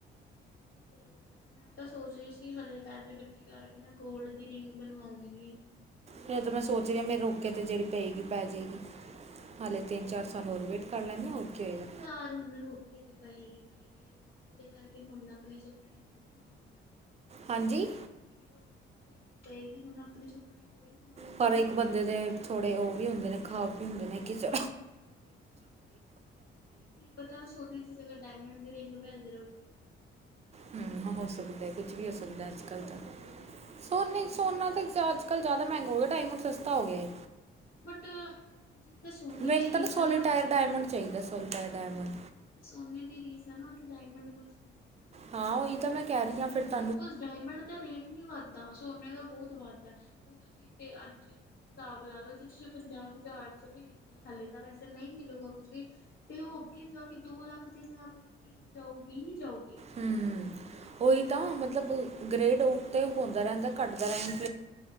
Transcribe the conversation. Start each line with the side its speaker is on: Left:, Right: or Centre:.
Left: ਚਲੋ ਵਧੀਆ। ਮੈਂ ਤਾਂ ਸੋਚ ਰਹੀ ਸੀ ਹਲੇੇ ਪੈਸੇ ਇਕੱਠੇ ਕਰਕੇ ਨਾ ਗੋਲਡ ਦੀ ਰਿੰਗ ਬਣਵਾਉਗੀ।
Right: ਫੇ ਤਾਂਮੈਂ ਸੋਚ ਰਿ ਮੇਰੇ ਰੋਕੇ ਤੇ ਜਿਹੜੀ ਪਏਗੀ ਪੈ ਜਾਏਗੀ ਹਲੇ ਤੀਨ ਚਾਰ ਸਾਲਹੋਰ ਵੇਟ ਕਰ ਲੈਨੇ ਹੋਰ ਕੀ ਹੋਏਗਾ
Left: ਯਾਰ ਹੁਣ ਰੋਕੇ ਤੇ ਪਏਗੀ ਪਏਗੀ ਉਹਦੇ ਕਰਕੇ ਹੁਣ ਆਪਣੇ ਸੁਪਨੇ ਥੋੜੇ ਮਾਰ ਲਾਂਗੇ
Right: ਹਾਂਜੀ
Left: ਮ ਰੋਕੇ ਕੇ ਦੀ ਪਏਗੀ ਪਏਗੀ ਹੁਣ ਆਪਣੇ ਸੁਪਨੇ ਥੋੜ੍ਹੀ ਮਾਰ ਲਾਂਗੇ
Right: ਪਰ ਇੱਕ ਬੰਦੇ ਦੇ ਥੋੜੇ ਉਹ ਵੀ ਹੁੰਦੇ ਨੇ ਖ਼ਾਬ ਵੀ ਹੁੰਦੇ ਨੇ ਕ ਚ
Left: ਕੀ ਪਤਾ ਸੋਨਿਆਂ ਦੀ ਜਗਾ ਡਾਇਮੰਡ ਦੀ ਰਿੰਗ ਵੈ ਰੋਕੇ ਫ
Right: ਹਮ ਹੋ ਸਕਦਾ ਵੀ ਹੋ ਸਕਦਾ
Left: ਕੁਛ
Right: ਅੱਜਕੱਲ
Left: ਵੀ ਹੋ
Right: ਤਾਂ
Left: ਸਕਦਾ
Right: ਸੋਨੇ ਸੋਨਾ ਤੇ ਅੱਜ ਕੱਲ ਜ਼ਿਆਦਾ ਮਹਿੰਗਾ ਹੋ ਗਿਆ ਡਾਇਮੰਡ ਸਸਤਾ ਹੋ ਗਿਆ
Left: ਬਟ ਜਿੱਥੇ ਸੋਨੇ
Right: ਮੈਨੂੰ
Left: ਦੀ ਰੀਸ
Right: ਤਾਂ ਨਾ ਸੋਲੀਟਰ
Left: ਆ
Right: ਡਾਇਮੰਡ ਚਾਹੀਦਾ ਸੋਲੀਟਰ ਡਾਇਮੰਡ
Left: ਜਿੱਥੇ ਸੋਨੇ ਦੀ ਰੀਸ ਆ ਨਾ ਉੱਥੇ ਡਾਇਮੰਡ ਕੁਛ ਨੀ ਹੈ
Right: ਹਾਂ ਉਹੀ ਤਾਂ ਮੈਂ ਕਹਿ ਰਹੀ ਹਾਂ ਫਿਰ ਤਾਂ
Left: ਬਾਕਾਉਜ਼ ਡਾਇਮੰਡ ਦਾ ਰੇਟ ਨੀ ਵੱਧਦਾ ਸੋਨੇ ਦਾ ਬਹੁਤ ਵੱਧਦਾ ਹੁਣ ਤੁਸੀਂ ਜ ਅੱਜ ਹਿਸਾਬ ਲਾ ਲਓ ਜੇ ਤੁਸੀਂ ਪੰਜਾਹ ਹਜ਼ਾਰ ਚ ਵੀ ਲਿੱਤੇ ਹਾਲੇ ਤਾਂ ਵੈਸੇ ਨਹੀਂ ਮਿਲੂਗਾ ਕੁਝ ਵੀ ਤੇ ਉਹ ਅੱਗੇ ਜਾ ਕੇ ਦੋ ਲੱਖ ਤਿੰਨ ਲੱਖ ਦੀ ਚੀਜ਼ ਜਾਊਗੀ ਹੀ ਜਾਊਗੀ <unintelligible>
Right: ਹਮ ਉਹੀ ਤਾਂ ਮਤ ਮਤਲਬ ਗ੍ਰੇਡ ਆਊਟ ਤੇ ਹੁੰਦਾ ਰਹਿੰਦਾ ਘੱਟਦਾ ਰਹਿੰ